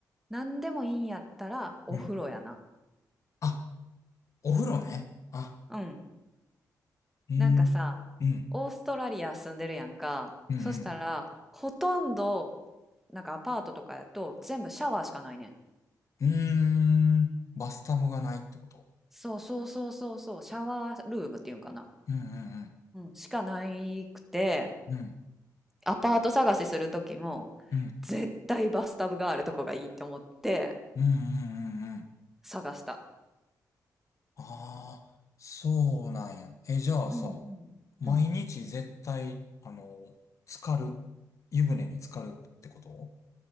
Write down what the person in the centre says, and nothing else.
なんでもいいんやったらお風呂やな。
うん。
なんかさ、
オーストラリア住んでるやんか。
そしたら、
ほとんど、なんかアパートとかやと全部シャワーしかないねん。
そうそうそうそうそう、シャワールームっていうんかな。
うん、しかないくて、
アパート探しする時も、
絶対バスタブがあるとこがいいと思って
探した。
うん
うん。うん